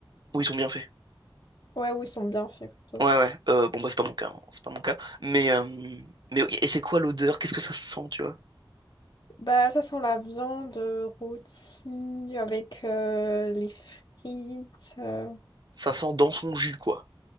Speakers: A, on the right; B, on the left.
A: ou ils sont bien faits.
B: Ouais, où ils sont bien faits, plutôt.
A: Ouais, ouais. Euh, bon, bah, c'est pas mon cas. hein, C'est pas mon cas. Mais. euh, Mais oui, et c'est quoi l'odeur? Qu'est-ce que ça sent, tu vois?
B: Bah, ça sent la viande euh, rôtie avec euh, les frites. euh,
A: Ça sent dans son jus, quoi.